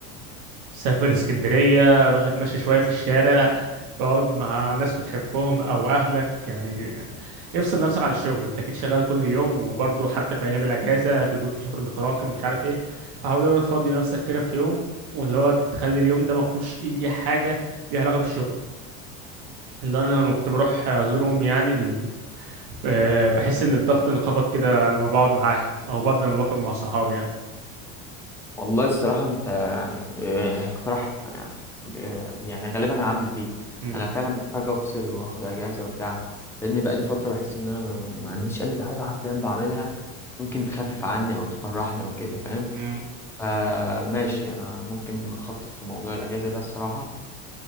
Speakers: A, on the right; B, in the centre.
A: سافر اسكندرية روح اتمشى شوية في الشارع اقعد مع ناس بتحبهم او اهلك يعني افصل نفسك عن الشغل انت اكيد شغال كل يوم وبرضه حتى في ايام الاجازة بيكون في شغل متراكم ومش عارف ايه فحاول إن هو تفضي نفسك كده في يوم واللي هو تخلي اليوم ده ما فيهوش اي حاجة ليها علاقة بالشغل اللي انا لما كنت بروح ازور امي يعني ال- آه، بحس ان الضغط انخفض كده لما بقعد معاها او برضه لما بخرج مع صحابي يعني
B: والله الصراحة أنت يعني آه، يعني اقتراح يعني آه، يعني غالبا هعمل بيه
A: م-
B: أنا فعلا محتاج أفصل وآخد أجازة وبتاع لأن بقالي فترة بحس إن أنا ما, ما عنديش أي حاجة حرفيا بعملها ممكن تخفف عني أو تفرحني أو كده فاهم
A: م-
B: فماشي أنا ممكن أخطط لموضوع الأجازة ده الصراحة